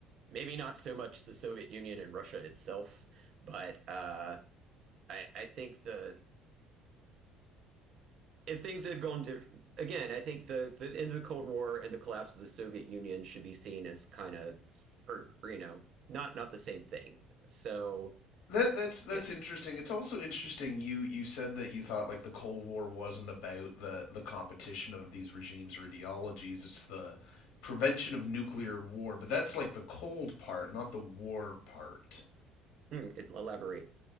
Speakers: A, on the right; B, on the left.
A: maybe not so much the Soviet Union and Russia itself, but uh, I, I think the if things had gone different again, I think the the end of the Cold War and the collapse of the Soviet Union should be seen as kind of, or, or, you know, not not the same thing. So
B: That that's that's
A: yeah,
B: interesting. It's also interesting you you said that you thought like the Cold War wasn't about the the competition of these regimes or ideologies. It's the prevention of nuclear war, but that's like the cold part, not the war part.
A: hmm, elaborate.